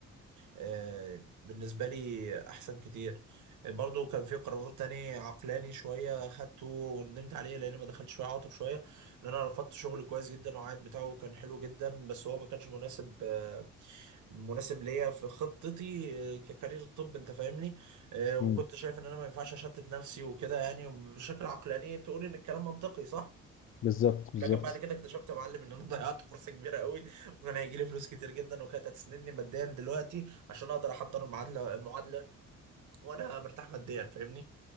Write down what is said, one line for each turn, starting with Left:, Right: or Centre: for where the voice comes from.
Right: آه، بالنسبه لي احسن كتير برضو كان في قرار تاني عقلاني شويه خدته وندمت عليه لان ما دخلتش فيه عاطف شويه ان انا رفضت شغل كويس جدا وعائد بتاعه كان حلو جدا بس هو ما كانش مناسب آه، مناسب ليا في خطتي آه، ككارير الطب انت فاهمني آه، وكنت
Left: امم
Right: شايف ان انا ما ينفعش اشتت نفسي وكده يعني بشكل عقلاني تقول ان الكلام منطقي صح
Left: بالظبط بالظبط
Right: لكن بعد كده اكتشفت يا معلم ان انا <laughs> ضيعت فرصه كبيره قوي وكان هيجي لي فلوس كتير جدا وكانت هتسندني ماديا دلوقتي عشان اقدر احضر المعادله المعادله وانا مرتاح ماديا فاهمني